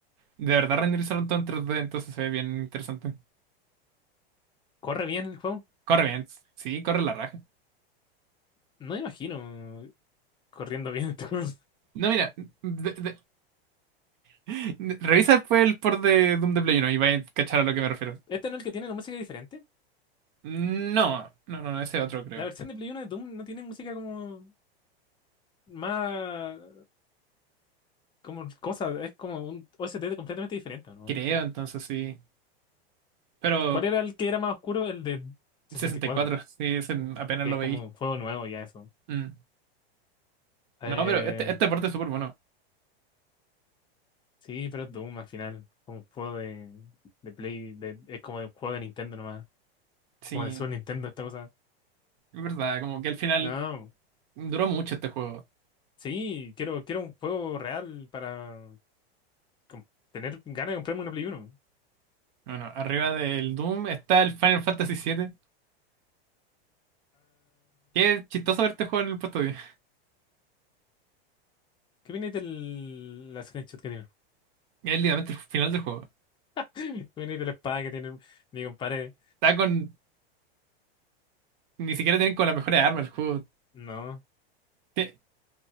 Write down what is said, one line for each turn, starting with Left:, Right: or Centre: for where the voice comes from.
Right: verdad renderizaron todo en 3D, entonces se ve bien interesante.
Left: ¿corre bien el juego?
Right: Corre bien, sí, corre la raja.
Left: No imagino corriendo bien este juego.
Right: No, mira, de, <laughs> Revisa después el port de Doom de Play 1 y vais a cachar a lo que me refiero.
Left: Este no es el que tiene la música diferente.
Right: No, no, no, no, ese otro creo.
Left: La versión de Play Uno de Doom no tiene música como más como cosa, es como un OST completamente diferente, ¿no?
Right: Creo, entonces sí. Pero
Left: ¿Cuál era el que era más oscuro? El de sesenta
Right: 64,
Left: y cuatro
Right: <laughs> sí, ese apenas
Left: que
Right: lo
Left: es como
Right: veí.
Left: un juego nuevo ya eso.
Right: Mm.
Left: Eh,
Right: No, pero este, este port es súper bueno.
Left: sí, pero es Doom al final, como un juego de, de Play, de, es como de un juego de Nintendo nomás,
Right: Sí,
Left: como de Super Nintendo esta cosa.
Right: es verdad, como que al final
Left: No,
Right: duró mucho este juego.
Left: sí, quiero, quiero un juego real para com- tener ganas de comprarme una Play Uno.
Right: Bueno, arriba del Doom está el Final Fantasy siete. Qué chistoso ver este juego en el puesto 10.
Left: ¿Qué viene del la screenshot que tienen?
Right: <laughs> Es literalmente el final del juego.
Left: <laughs> ¿Qué viene de la espada que tienen mi compadre?
Right: Está con... Ni siquiera tienen con las mejores armas el juego.
Left: No.
Right: Te-